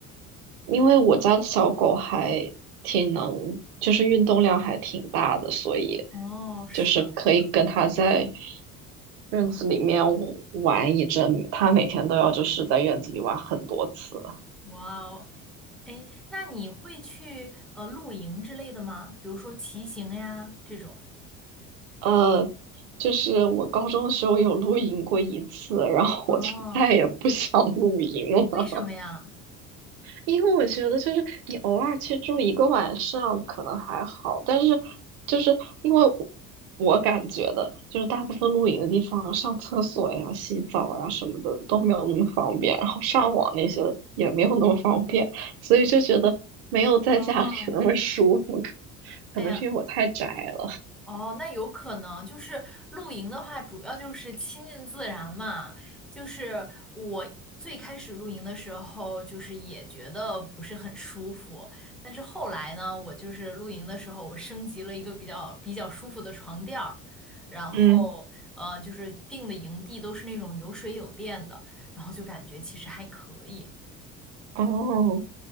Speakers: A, on the right; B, in the centre.
A: 因为我家的小狗还挺能，就是运动量还挺大的，所以
B: 哦，是的，
A: 就是可以跟它在
B: 是的，
A: 院子里面玩一阵。它每天都要就是在院子里玩很多次。
B: 哇哦，哎，那你会去呃露营之类的吗？比如说骑行呀这种。
A: 呃，就是我高中的时候有露营过一次，然后我就再也不想露营了。
B: 哦，为什么呀？
A: 因为我觉得就是你偶尔去住一个晚上可能还好，但是就是因为我我感觉的，就是大部分露营的地方上厕所呀、洗澡呀什么的都没有那么方便，然后上网那些的也没有那么方便，所以就觉得没有在家里那么舒服，
B: 哦，
A: <laughs> 可可能是因为我太宅了。
B: 呀。哦，那有可能就是露营的话，主要就是亲近自然嘛。就是我最开始露营的时候，就是也觉得不是很舒服，但是后来呢，我就是露营的时候，我升级了一个比较比较舒服的床垫儿，然后呃，
A: 嗯，
B: 就是定的营地都是那种有水有电的，然后就感觉其实还可以。
A: 哦，